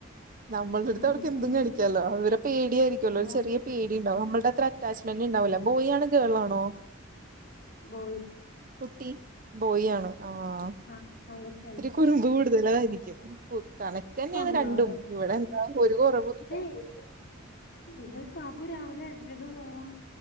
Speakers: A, on the right (about 40°); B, on the left (about 50°).
A: നമ്മുടെ അടുത്ത്
B: ഉം
A: അവർക്ക്
B: ഇപ്പ
A: എന്തും
B: എന്റെ
A: കളിക്കാലോ അവരെ പേടിയായിരിക്കല്ലോ
B: മോ
A: ഒരു ചെറിയ പേടിണ്ടാവും നമ്മള്ടെ അത്ര അറ്റാച്ച്മെന്റ്ണ്ടാവൂല ബോയി ആണോ ഗേൾ ആണോ.
B: ബോയി
A: കുട്ടി ബോയി ആണ് ആ-
B: ആഹ് ആൺ കുട്ടിയാണ്.
A: കുറുമ്പ് കൂടുതലായിരിക്കും കണക്ക് ന്നെയാണ്
B: അള്ളാ
A: രണ്ടും ഇവടെ എന്താ ഒരു കുറവുല്ല.
B: ഏ <unintelligible> ഇത് കാക്കു രാവിലെ എട്ടരക്ക് പോകും